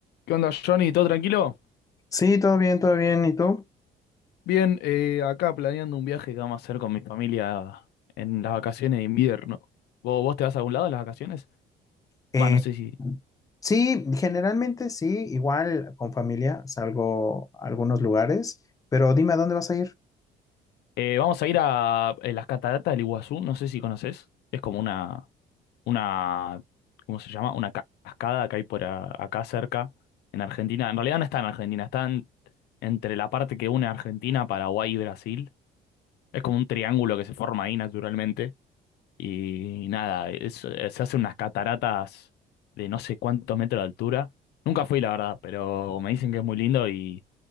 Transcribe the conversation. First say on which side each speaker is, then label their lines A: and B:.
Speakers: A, on the left; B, on the left.
A: ¿Qué onda, Johnny? ¿Todo tranquilo?
B: Sí, todo bien, todo bien. ¿Y tú?
A: Bien, eh, acá planeando un viaje que vamos a hacer con mi familia en las vacaciones de invierno. ¿Vos, vos te vas a algún lado en las vacaciones?
B: Eh,
A: Va, no sé si.
B: sí, generalmente sí, igual con familia salgo a algunos lugares, pero dime a dónde vas a ir.
A: Eh, vamos a ir a eh, las cataratas del Iguazú, no sé si conoces. Es como una, una, ¿cómo se llama? Una ca- cascada que hay por a- acá cerca, en Argentina. En realidad no está en Argentina, está en- entre la parte que une Argentina, Paraguay y Brasil. Es como un triángulo que se forma ahí naturalmente. Y nada, es- eh, se hacen unas cataratas de no sé cuántos metros de altura. Nunca fui, la verdad, pero me dicen que es muy lindo y,